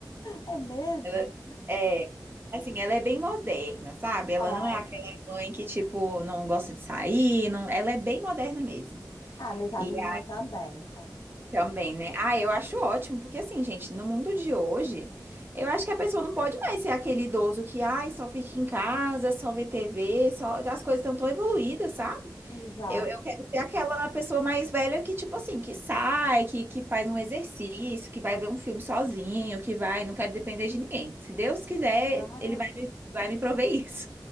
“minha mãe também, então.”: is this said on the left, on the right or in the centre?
Left